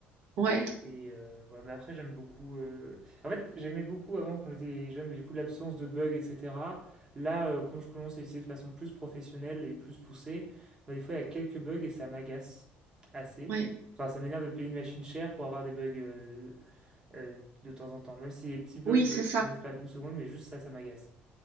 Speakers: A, on the right; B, on the right.
A: ouais,
B: Et euh, ouais, mais après, j'aime beaucoup. euh, En fait, j'aimais beaucoup avant quand j'étais jeune, mais du coup, l'absence de bugs, etc. Là, euh, quand je commence à utiliser de façon plus professionnelle et plus poussée, bah, des fois, il y a quelques bugs et ça m'agace assez.
A: ouais.
B: Enfin, ça m'énerve de payer une machine chère pour avoir des bugs euh, euh, de temps en temps. Même si des petits bugs
A: Oui, c'est
B: euh, qui
A: ça.
B: font juste perdre une seconde, mais juste ça, ça m'agace.